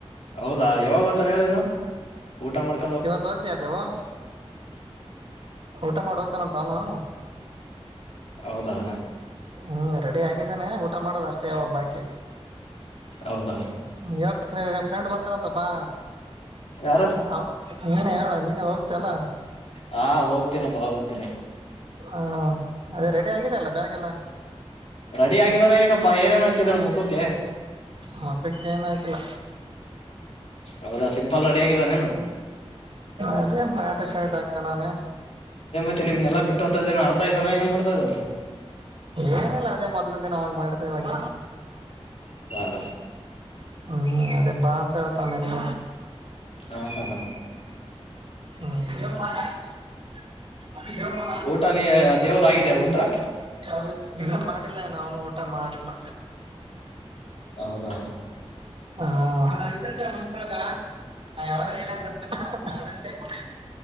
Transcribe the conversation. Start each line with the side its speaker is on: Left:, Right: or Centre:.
Left: ಹೌದಾ ಯಾವಾಗ ಬರ್ತಾರೆ ಹೇಳಿನು ಊಟ ಮಾಡ್
Right: ಇವತ್ತು ಹೋಗ್ತ್ಯ ದೇವು ಊಟ ಮಾಡ ಹೋಗ್ತಾನಂತ ಅವನು.
Left: ಹೌದಾ
Right: ಹ್ಮ್ ರೆಡಿ ಆಗಿದ್ದಾನೆ ಊಟ ಮಾಡೋದ ಅಷ್ಟೇ ಇವಾಗ ಬಾಕಿ.
Left: ಹೌದಾ
Right: ಹೇಳ್ತ ನಿನ್ ಫ್ರೆಂಡ್ ಬರ್ತಾನಂತಪ್ಪಾ.
Left: ಯಾರು
Right: ಹ ನೀನೆ ಹೇಳು ನೀನೆ ಹೋಗ್ತ್ಯಲ್ಲ.
Left: ಹಾ ಹೋಗ್ತೀನಪ್ಪಾ ಹೋಗ್ತೀನಿ
Right: ಹ ಅದೇ ರೆಡಿ ಆಗಿದ ಅಲ್ಲ ಬ್ಯಾಗ ಎಲ್ಲ.
Left: ರೆಡಿ ಆಗಿದಾನ ಈಗಪ್ಪಾ ಏನೇನ್ ಹಾಕಿದಾನ ಮುಖಕ್ಕೆ.
Right: ಮುಖಕ್ಕೆ ಏನು ಆಕಿಲ್ಲ.
Left: ಹೌದಾ ಸಿಂಪಲ್ ರೆಡಿ ಆಗಿದಾನೇನು
Right: ಅದೇ ಪ್ಯಾಂಟ್ ಶರ್ಟ್ ಆಕಂಡವನೇ.
Left: ನಿಮ್ನೆಲ್ಲ ಬಿಟ್ಟೋಗತ ಇದಾನ ಅಳ್ತಾ ಇದಾನ ಏನ್ ಮಾಡತಾ ಇದಾನಾ.
Right: ಏನಿಲ್ಲ ಅದೇ ಮೊದ್ಲಂದನಾವಾಗ ಮಾಡದೆ ಇವಾಗ
Left: ಹ
Right: ಹ್ಮ್ ಅದೇ ಬಾ ಅಂತೇಳತಾನ ನಿನಗ
Left: ಹ ಹಾ
Right: ಅ <unintelligible> ಅ ಜ <unintelligible>
Left: ಊಟ ನೀ ದೇವ್ದ ಆಗಿದೆ ಊಟ
Right: ಇಲ್ಲ ಮಾಡಿಲ್ಲ ಇನ ಅವನು ಊಟ ಮಾಡಿಲ್ಲ
Left: ಹೌದಾ
Right: ಹಾ ಗ ಯಾವ್ದ ಎ ಬತ <unintelligible>